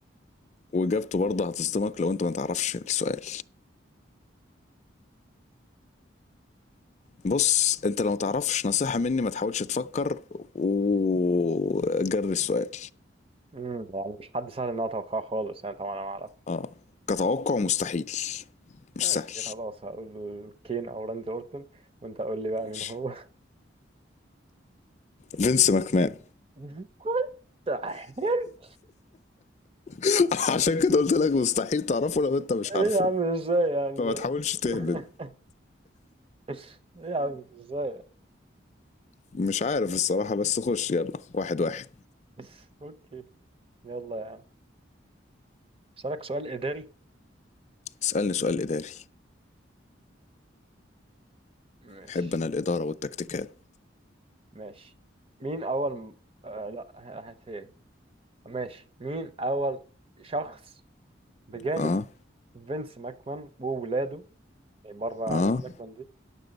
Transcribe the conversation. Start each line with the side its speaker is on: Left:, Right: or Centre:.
Left: وإجابته برضه هتصدمك لو أنت ما تعرفش السؤال بص انت لو متعرفش نصيحة مني ما تحاولش تفكر وجرب السؤال
Right: مم. يعني مش حد سهل إن أنا أتوقعه خالص أنا طبعا أنا ما أعرف
Left: اه كتوقع مستحيل مش
Right: ماشي
Left: سهل
Right: خلاص هقول كين أو راندي أورتون وأنت قول لي بقى
Left: ماشي.
Right: مين هو
Left: فينس ماكمان
Right: <laughs> كنت عين.
Left: <laughs> عشان كده قلت لك مستحيل تعرفه لو انت مش
Right: إيه
Left: عارفه
Right: يا عم إزاي يعني
Left: فما
Right: ده
Left: تحاولش تهبد
Right: <laughs> <laughs> ايه يا عم ازاي
Left: مش عارف الصراحة بس خش يلا واحد واحد
Right: <laughs> اوكي يلا يا عم اسالك سؤال اداري
Left: اسألني سؤال إداري
Right: ماشي
Left: أحب أنا الإدارة والتكتيكات
Right: ماشي مين اول م... آه لا هات هي ماشي مين اول شخص بجانب
Left: اه
Right: فينس ماكمان وولاده يعني بره عائلة
Left: اه
Right: ماكمان دي